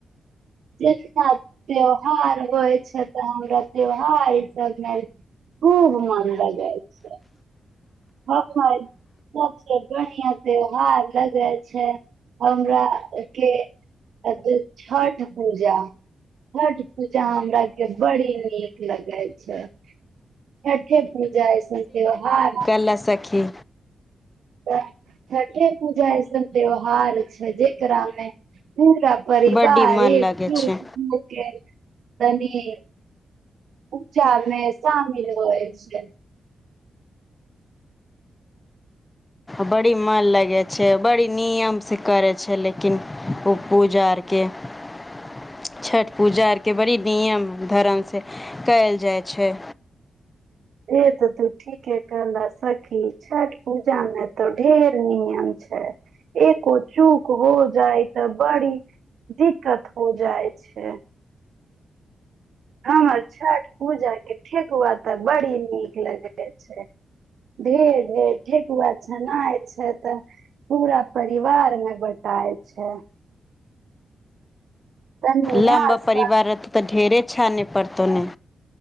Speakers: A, on the right (about 75°); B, on the left (about 20°).
A: जरा त्यौहार होइ छै तऽ हमरा त्यौहार ई सभमे खूब मन लगै छै हमर सबसे बढ़िया त्यौहार लगै छै हमरा आर के छठ पूजा छठ पूजा हमरा के बड़ी नीक लगै छै छठे पूजा जाय सं त्यवहार
B: ल सखी
A: त छठे पूजा ऐसन त्यौहार छै जेकरामे पूरा परिवार
B: बड्डी मन
A: एक
B: लगै
A: तनी
B: छै।
A: उपचारमे शामिल होइ छै
B: बड़ी मन लगै छै बड़ी नियमसँ करै छै लेकिन ओ पूजा अरके छठ पूजा अरके बड़ी नियम धरमसँ कयल जाइ छै
A: से तऽ तू ठीके कहल सखी छठ पूजा में तऽ ढेर नियम छै एको चूक हो जाइ तऽ बड़ी दिक्कत हो जाइ छै हमर छठ पूजा के ठेकुआ तऽ बड़ी नीक लगै छै ढ़ेर ढेर ठेकुआ छनाय छै तऽ पूरा परिवार मे बटाइ छै कनि
B: लम्बा
A: आस
B: परिवार
A: पास
B: त तऽ ढेरे छाने पड़त तने